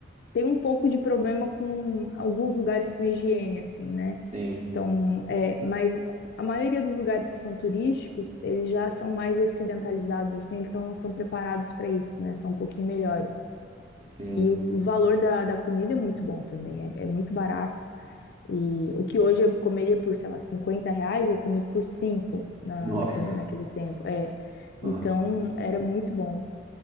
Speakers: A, on the left (about 55°); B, on the right (about 35°).
A: Tem um pouco de problema com alguns lugares com higiene assim, né?
B: sim,
A: Então, é, mas a maioria dos lugares que são turísticos, eles já são mais ocidentalizados, assim, então são preparados para isso, né? São um pouquinho melhores.
B: sim.
A: E o, o valor da, da comida é muito bom também, é, é muito barato. E o que hoje eu comeria por, sei lá, 50 reais, eu comi por 5 na,
B: Nossa.
A: naquele, naquele tempo. É.
B: Ah,
A: Então, era muito bom.